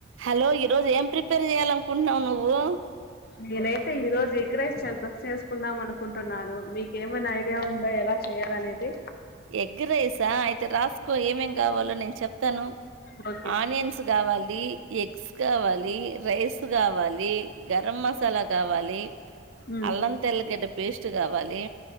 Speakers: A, on the right; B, on the left.
A: హలో ఈరోజు ఏం ప్రిపేర్ చేయాలనుకుంటున్నావు నువ్వు
B: నేనైతే ఈ రోజు ఎగ్ రైస్ చేద్దాం చేసుకుందాం అనుకుంటున్నాను మీకు ఏమైనా ఐడియా ఉందా ఎలా చే చేయాలి అనేది
A: ఎగ్ రైసా అయితే రాసుకో ఏమేం కావాలో నేను చెప్తాను.
B: ఓ
A: ఆనియన్స్ కావాలి, ఎగ్స్ కావాలి, రైస్ కావాలి, గరం మసాలా కావాలి
B: ఉమ్
A: అల్లం తెల్లగడ్డ పేస్ట్ కావాలి.